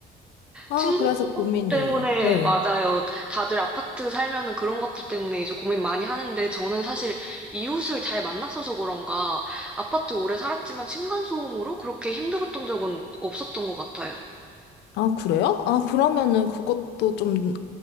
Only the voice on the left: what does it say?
아
그래서 고민이에요.
네.
아 그래요? 아 그러면은 그것도 좀